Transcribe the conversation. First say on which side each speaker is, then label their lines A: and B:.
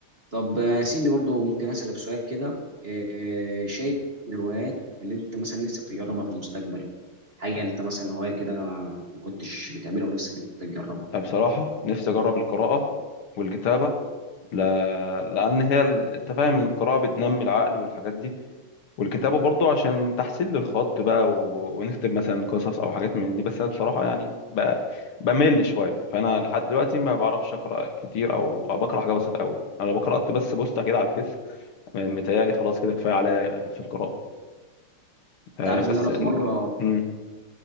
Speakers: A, on the right (about 30°); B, on the left (about 75°).
A: طب آه، سيبني برضه ممكن أسألك سؤال كده آه، شايف الهوايات اللي أنت مثلا نفسك تجربها في المستقبل حاجة أنت مثلا هواية كده ما كنتش بتعملها ونفسك إنك تجربها
B: بصراحة نفسي أجرب القراءة والكتابة ل... لأن هي ال- أنت فاهم القراءة بتنمي العقل والحاجات دي والكتابة برضو عشان تحسين للخط بقى و... ونكتب مثلا قصص أو حاجات من دي بس أنا بصراحة يعني ب... بمل شوية فأنا لحد دلوقتي ما بعرفش أقرأ كتير أو, أو بقرأ حاجة بسيطة أوي أنا لو قرأت بس بوستة كده على الفيس متهيألي خلاص كده كفاية عليا في القراءة آه،
A: تعرف
B: بس
A: ان انا
B: م-
A: في مره
B: م-